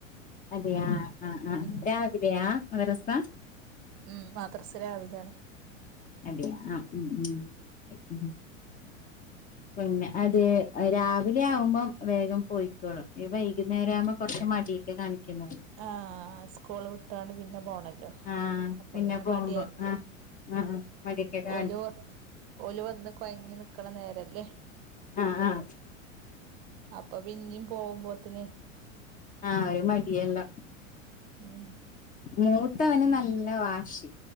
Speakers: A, on the left (about 20°); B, on the right (about 45°).
A: അതെയാ ആഹ് ആ ആഹ്
B: ഉം
A: രാവിലെയാ മദ്രസ
B: ഉം മദ്രസ രാവിലെ
A: അതെ ആ ഉം ഉം ഉം പുന്നെ അതെ രാവിലെ ആവുമ്പോം വേഗം പോയിക്കോളും വൈകുന്നേരം ആവുമ്പോൾ കുറച്ച് മടി ക്കെ കാണിക്കുന്നുള്ളൂ
B: ആഹ് സ്കൂള് വിട്ടാണ്ട് പിന്നെ പോണല്ലോ
A: ആഹ്
B: അപ്പൊ പിന്നെ
A: പോകുമ്പോ
B: മടിയായിരിക്കും
A: ആഹ് ആഹ് മടിയൊക്കെ കാണി
B: ഓലോ ഓല് വന്ന് കൊഴങ്ങി നിക്കണ നേരല്ലേ
A: ആ ആഹ്
B: അപ്പൊ പിന്നും പോകുമ്പോത്തന്
A: ആഹ് ഒരു മടിയെല്ലാം
B: ഉം
A: മൂത്തവന് നല്ല വാശി